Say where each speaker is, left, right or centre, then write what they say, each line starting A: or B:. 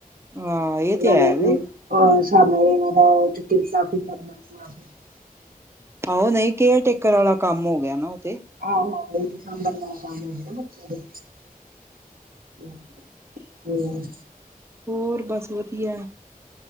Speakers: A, on the right; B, on the right.
A: ਹਾਂ ਇਹ ਤੇ
B: ਨਾਲਨੂੰ
A: ਹੈ ਵੇ
B: ਹਿਸਾਬ ਨਾਲ ਇਹਨਾਂ ਦਾ <unintelligible>
A: ਆਹੋ ਨਹੀਂ ਕੇਅਰ ਟੇਕਰ ਵਾਲਾ ਕੰਮ ਹੋ ਗਿਆ, ਨਾ ਉਹ ਤੇ
B: ਆਹੋ ਬਮ <unintelligible> ਹੋਰ
A: ਹੋਰ ਬਸ ਵਧੀਆ।